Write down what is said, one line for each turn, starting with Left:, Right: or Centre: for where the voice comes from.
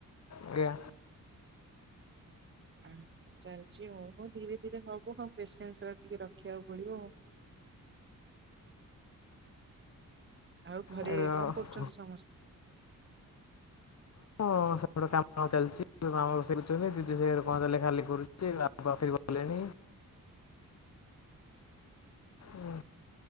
Left: ଆଜ୍ଞା।
Right: ଉଁ ଚାଲିଚି ଆଉ ହଉ ଧୀରେ ଧୀରେ ହବ ହଁ ପେସେନ୍ସ ର ଟିକେ ରଖିବାକୁ ପଡିବ ଆଉ। ଆଉ ଘରେ
Left: ଆଜ୍ଞା
Right: କଣ କରୁଚନ୍ତି ସମ
Left: ହଁ ସେ ପେଟ କାମ ଚାଲିଛି ମାମ ରୋଷେଇ କରୁଛନ୍ତି ଦିଦି ସେଘରେ କଣ ଲେଖା ଲେଖି କରୁଛି ବାପା କଫି ଗଲେଣି। ଉଁ